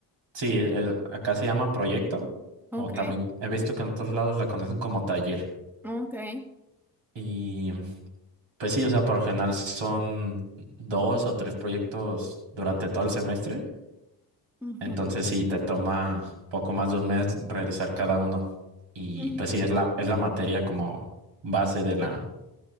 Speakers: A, on the right; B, in the centre.
A: Sí, el- acá se llama proyecto,
B: Ok,
A: o también he visto que en otros lados la conocen como taller.
B: ok.
A: Y pues sí, o sea, por lo general son dos o tres proyectos durante todo el semestre.
B: ujú,
A: Entonces sí, te toma poco más de un mes realizar cada uno. Y
B: ujú,
A: pues sí, es la, es la materia como base de la,